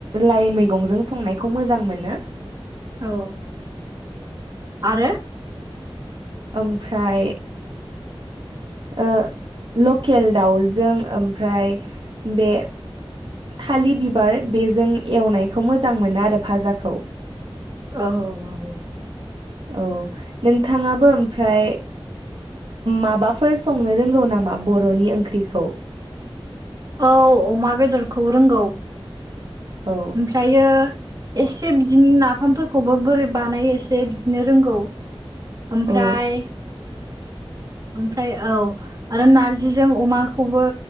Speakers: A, on the right (about 60°); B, on the right (about 40°).
A: लाइ मैगंजों संनायखौ मोजां मोनो
B: औ आरो
A: ओमफ्राय ओ लकेल दाउजों ओमफ्राय बे थालिर बिबार बेजों एवनायखौ मोजां मोनो आरो भाजाखौ
B: औ औ
A: औ नोंथाङाबो ओमफ्राय माबाफोर संनो रोंगौ नामा बर'नि ओंख्रिखौ
B: औ अमा बेदरखौ रोंगौ
A: औ
B: ओमफ्रायो एसे बिदिनो नाफामफोरखौबो बोरै बानायो एसे बिदिनो रोंगौ ओमफ्राय
A: औ
B: ओमफ्राय औ आरो नारजिजों अमाखौबो